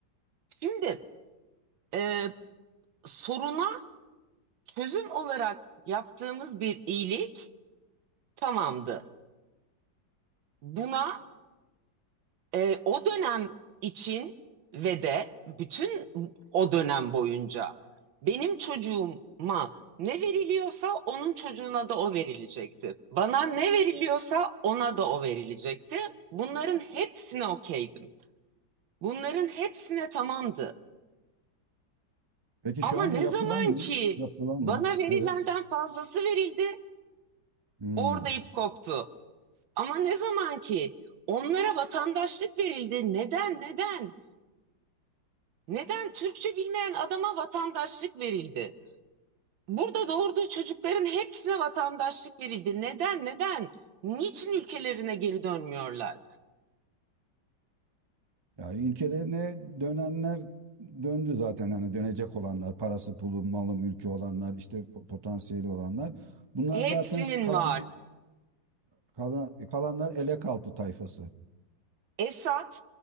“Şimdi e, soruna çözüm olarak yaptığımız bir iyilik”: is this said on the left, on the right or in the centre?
Right